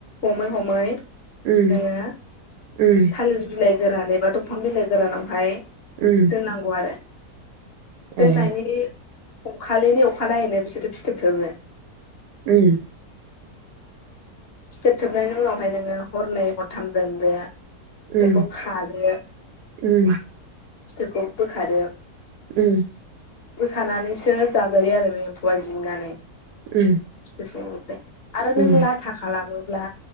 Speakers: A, on the left; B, on the right.
A: हमै हमै
B: उम
A: नोंङो
B: उम
A: थालिर बिलाइ गोरान एबा दंफां बिलाइ गोरानावहाय
B: उम
A: होनांगौ आरो दोननायनि
B: ए
A: हमखालिनि अखानायैनो बिसोरो फिथोब थोबो।
B: उम
A: फिथोबथोबनायनि उनावहाय नोङो हरनै हरथाम दोनदो।
B: उम
A: बेखौ खाग्रो
B: उम
A: फिथोबखौ बोखादो।
B: उम
A: बोखानानैसो जाजायो आरो बे एम्फौआ जिननानै
B: उम
A: फिथोब सिंनिफ्राय आरो
B: उम
A: नों लाथा खालामोब्ला